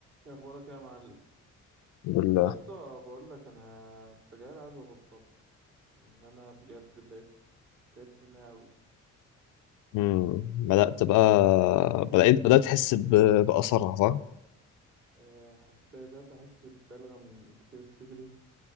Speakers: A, on the right; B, on the left.
A: ايه اخبارك يا معلم
B: الحمد لله
A: يا اسطى بقول لك انا السجاير عايز ابطل لان انا بجد بقيت تعبت منها قوي
B: امم بدأت بقى بدأت بدأت أحس ب- بأثرها صح؟
A: أه حس- بدات احس ببلغم كتير في صدري